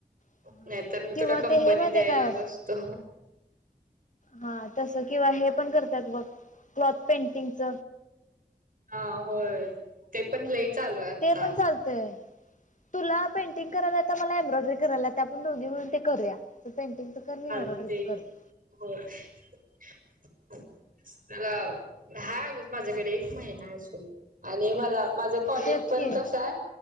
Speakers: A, on the left (about 50°); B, on the right (about 60°).
A: हा
B: नाहीतर मी
A: किंवा
B: तुला कंपनी
A: ते हे माहिती
B: द्यायला
A: काय
B: बसतो.
A: हा तसं किंवा हे पण करतात बघ क्लॉथ पेंटिंगच
B: हा होय ते पण लई चालू आहे आता
A: ते पण चालतंय. तुला पेंटिंग करायला येत मला एम्ब्रॉयडरी करायला आपण दोघी म्हणून ते करूया. पेंटिंगचं
B: <unintelligible>
A: कर मी
B: हाय
A: एम्ब्रॉयडरीचं करते
B: अजूक माझ्याकडे एक महिना असून आणि मला माझं कॉलेज
A: तेच
B: पण
A: की
B: कसं हाय